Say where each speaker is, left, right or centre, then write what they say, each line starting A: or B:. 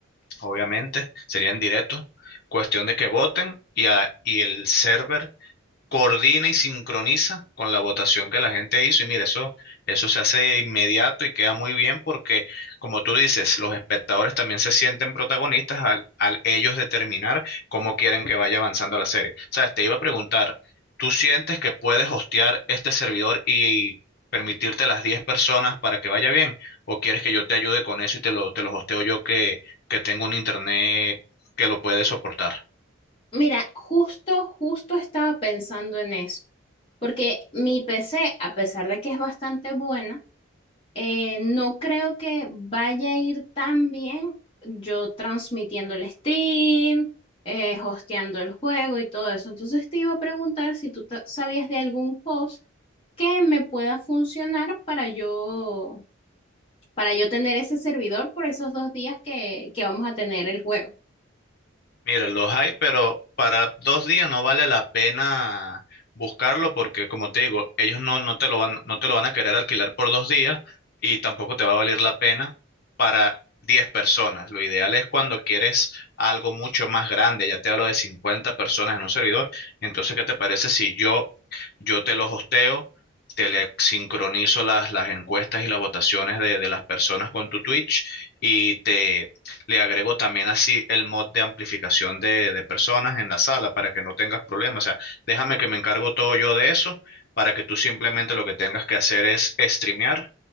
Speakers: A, on the left (about 50°); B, on the left (about 25°).
A: obviamente, sería en directo. Cuestión de que voten y, a- y el server coordina y sincroniza con la votación que la gente hizo. Y mira, eso, eso se hace inmediato y queda muy bien porque, como tú dices, los espectadores también se sienten protagonistas al, al ellos determinar cómo quieren que vaya avanzando la serie. Sabes, te iba a preguntar, ¿tú sientes que puedes hostear este servidor y... permitirte las 10 personas para que vaya bien? ¿O quieres que yo te ayude con eso y te lo, te lo hosteo yo que, que tengo un internet que lo puede soportar?
B: Mira, justo, justo estaba pensando en eso, porque mi PC, a pesar de que es bastante buena, Eh, no creo que vaya a ir tan bien yo transmitiendo el stream, eh, hosteando el juego y todo eso. Entonces te iba a preguntar si tú ta- sabías de algún host que me pueda funcionar para yo, para yo tener ese servidor por esos dos días que, que vamos a tener el juego.
A: Mira, los hay, pero para dos días no vale la pena buscarlo porque, como te digo, ellos no, no te lo van, no te lo van a querer alquilar por dos días y tampoco te va a valer la pena para 10 personas. Lo ideal es cuando quieres algo mucho más grande, ya te hablo de 50 personas en un servidor. Entonces, ¿qué te parece si yo, yo te los hosteo, te le sincronizo las, las encuestas y las votaciones de, de las personas con tu Twitch y te le agrego también así el mod de amplificación de, de personas en la sala para que no tengas problemas. O sea, déjame que me encargo todo yo de eso para que tú simplemente lo que tengas que hacer es streamear